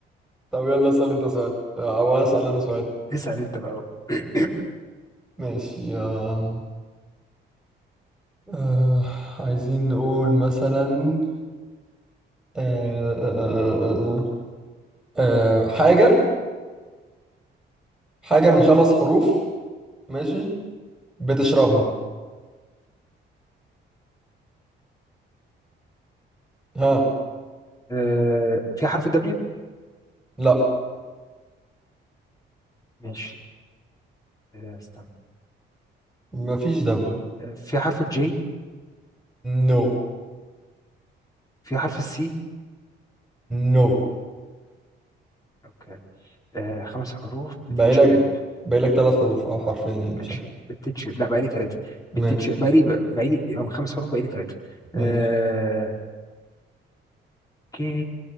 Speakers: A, in the centre; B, on the left.
A: طب يلا اسأل أنت سؤال آه، أو أسأل أنا سؤال
B: اسال انت بقى <clears throat>
A: ماشي آه، آه، عايزين نقول مثلا آه، آه، آه، آه، آه، آه، آه، حاجة حاجة من خمس حروف ماشي بتشربها ها
B: آه، في حرف الدبليو
A: لا
B: ماشي آه، استنى
A: مفيش دبليو
B: آه، في حرف الجي
A: نو
B: في حرف السي
A: نو
B: اوكي آه، خمس حروف
A: باقي
B: بتتشرب
A: لك باقي لك ثلاث حروف او حرفين يعني مش
B: ماشي
A: عارف.
B: بتتشرب لا بقى لي ثلاثه
A: ماشي
B: بتتشرب بقى لي بقى لي آه، من خمس حروف بقى لي ثلاثه
A: ماشي
B: آه، كي